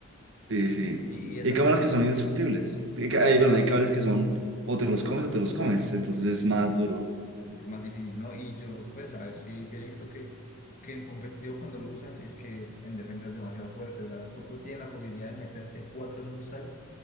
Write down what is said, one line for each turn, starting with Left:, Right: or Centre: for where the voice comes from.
Right: Sí, sí.
Left: Y, y es
Right: Y hay
Left: algo
Right: cámaras
Left: que
Right: que son
Left: yo-
Right: indestructibles. Hay, ca- hay, perdón, hay cables que son o te los comes o te los comes, entonces
Left: sí,
Right: es
Left: sí,
Right: más duro.
Left: es más difícil, ¿no? Y yo, pues, a ver, sí, sí he visto que, que en competitivo cuando lo usan es que en defensa es demasiado fuerte. O sea, tú pu- tienes la posibilidad de meterte cuatro en un site,